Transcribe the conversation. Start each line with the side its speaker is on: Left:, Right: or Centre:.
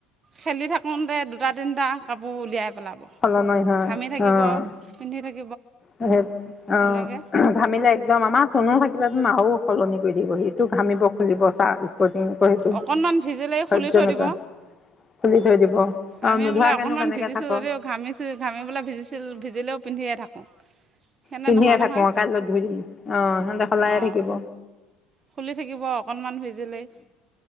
Right: খেলি থাক শুনতে দুটা তিনিটা কাপোৰ উলিয়াই পেলাব
Left: সলনি হয়
Right: ঘামি থাকিব
Left: অঁ
Right: পিন্ধি থাকিব।
Left: অ
Right: তেনেকৈ
Left: ভামিলে একদম আমাৰ চনু থাকিল তো আৰু সলনি কৰি দিব সি। ঘামিব খুলিব চাহ স্পৰ্টিংক সেইটো
Right: অকণমান ভিজিলেই
Left: সহ্য
Right: খুলি থৈ
Left: নকা
Right: দিব
Left: খ থৈ দিব। অ
Right: আমি
Left: নোধোৱাকেনো
Right: বোলে অকনমান
Left: কেনেকে
Right: ভিজিছো
Left: থাক
Right: যদিও
Left: অ
Right: ঘামিছো ঘামি বোলে ভিজিছিল ভিজিলেও পিন্ধিয়ে থাকোঁ সেনে
Left: পিন্ধিয়ে
Right: নহয় নহয়
Left: থাকো কাইলৈত ধুই দিম আহ সিহঁতে সলায়য়ে
Right: অঁ
Left: থাকিব।
Right: খুলি থাকিব অকণমান সিজিলেই